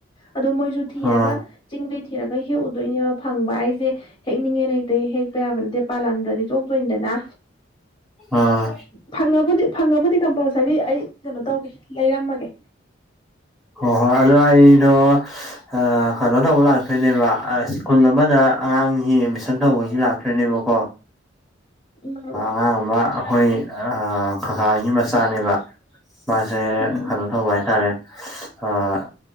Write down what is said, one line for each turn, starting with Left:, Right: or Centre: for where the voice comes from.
Left: ꯑꯗꯣ ꯃꯣꯏꯖꯨ ꯊꯤꯔꯒ
Centre: ꯑꯥ ꯑꯥ
Left: ꯆꯤꯡꯗꯩ ꯊꯤꯔꯒ ꯍꯦꯛꯎꯗꯣꯏꯅꯦꯕ ꯐꯪꯕ ꯍꯥꯏꯖꯦ ꯍꯦꯛꯅꯤꯡꯉꯦꯅ ꯍꯦꯛꯇ ꯍꯦꯛꯄ ꯌꯥꯕ ꯅꯠꯇꯦ ꯄꯥꯜꯂꯝꯗ꯭ꯔꯗꯤ ꯆꯣꯛꯇꯣꯏꯅꯤꯗꯅ
Centre: ꯑꯥ
Left: ꯐꯪꯉꯕꯨꯗꯤ ꯐꯪꯉꯕꯨꯗꯤ ꯀꯝꯄꯜꯁꯔꯤ ꯑꯩ ꯀꯩꯅꯣ ꯇꯧꯒꯦ ꯂꯩꯔꯝꯃꯒꯦ
Centre: ꯑꯣ ꯑꯗꯣ ꯑꯩꯗꯣ ꯑ ꯀꯅꯣ ꯇꯧꯕ ꯂꯥꯛꯇꯣꯏꯅꯦꯕ ꯑ ꯁ꯭ꯀꯨꯜ ꯑꯃꯗ ꯑꯉꯥꯡꯒꯤ ꯑꯦꯠꯃꯤꯁꯟ ꯇꯧꯕꯩꯖꯨ ꯂꯥꯛ ꯑꯗꯨꯅꯦꯕꯀꯣ
Left: ꯎꯝ
Centre: ꯑꯉꯥꯡ ꯑꯃ ꯑꯩꯈꯣꯏ ꯀꯀꯥꯒꯤ ꯃꯆꯥꯅꯦꯕ ꯃꯥꯁꯦ
Left: ꯎꯝ
Centre: ꯀꯩꯅꯣ ꯇꯧꯕ ꯍꯥꯏꯇꯥꯔꯦ ꯑ